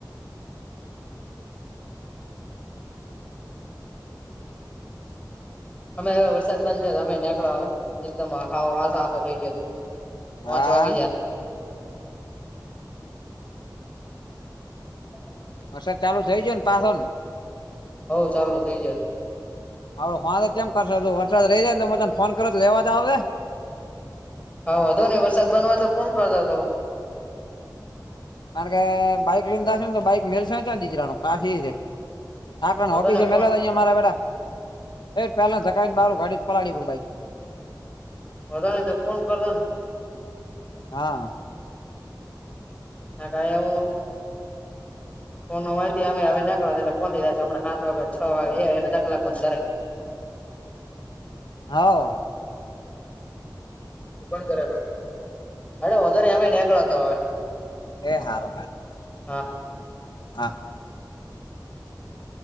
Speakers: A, on the left (about 20°); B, on the left (about 80°).
A: અમે હ વરસાદ બાંધશે તો અમે નીકળો હવે એકદમ આછો આછો થઈ ગયો
B: હા
A: પાંચ વાગે જાય <inaudible>
B: વરસાદ ચાલુ થઈ ગયું પાછું
A: હવ ચાલુ થઇ જ
B: હડ હા તો કેમ કરશે વરસાદ રહી જાય ને મેં તને ફોન કરો લેવા તો આવે જે
A: હા હતો ને વરસાદ બનવાય તો ફોન કરતો હતો
B: કારણ કે બાઈક લીશે તો બાઈક મેલસે તિજરાનું કાફી છે. હા કરને
A: વધો
B: ઓફિસે
A: ને ફોન
B: મેલાતા અયા મારા વેડા એજ પેલા જગાવ બાર ગાડી જ પડી બાઇક
A: <unintelligible> તો ફોન કરદો ને
B: હા
A: <unintelligible> ફોનનું માહિતી અ હવે નીકળી એટલે પહોંચી જ છેમણા સાત વાગે છ વાગે એ અધ કલાકમાં જ ઘરે
B: હા
A: પણ કરેલો અડ વધો ને એમેય નીકળતો હવે
B: એ હાર હા
A: હા
B: હા